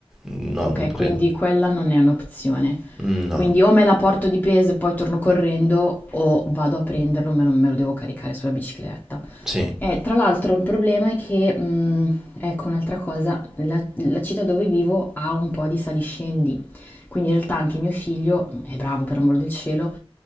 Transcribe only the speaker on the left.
Ok,
quindi quella non è un'opzione.
Quindi o me la porto di peso e poi torno correndo o vado a prenderlo, me lo, me lo devo caricare sulla bicicletta.
E tra l'altro il problema è che, mh, ecco un'altra cosa, la, la città dove vivo ha un po' di saliscendi, quindi in realtà anche mio figlio è bravo per amor del cielo,